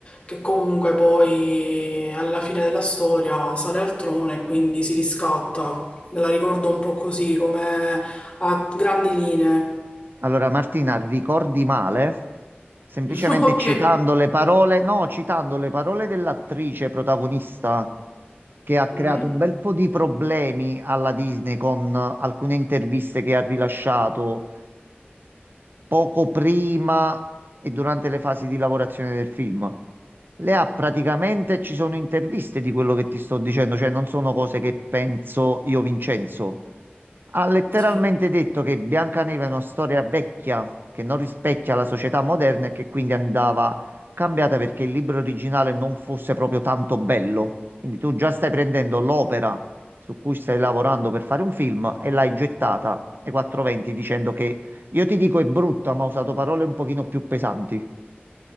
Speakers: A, on the left (about 30°); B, on the right (about 60°).
A: che comunque poi alla fine della storia sale al trono e quindi si riscatta. Me la ricordo un po' così, come a grandi linee.
B: Allora, Martina, ricordi male? Semplicemente
A: <laughs> Ok.
B: citando le parole, no, citando le parole dell'attrice protagonista che ha creato
A: Mm,
B: un bel po' di problemi alla Disney con eh, alcune interviste che ha rilasciato poco prima e durante le fasi di lavorazione del film. Le ha praticamente, ci sono interviste di quello che ti sto dicendo, cioè non sono cose che penso io, Vincenzo. Ha letteralmente
A: sì.
B: detto che Biancaneve è una storia vecchia che non rispecchia la società moderna e che quindi andava cambiata perché il libro originale non fosse proprio tanto bello. Quindi tu già stai prendendo l'opera su cui stai lavorando
A: Mm.
B: per fare un film e l'hai gettata ai 420 dicendo che io ti dico è brutta, ma ho usato parole un pochino più pesanti.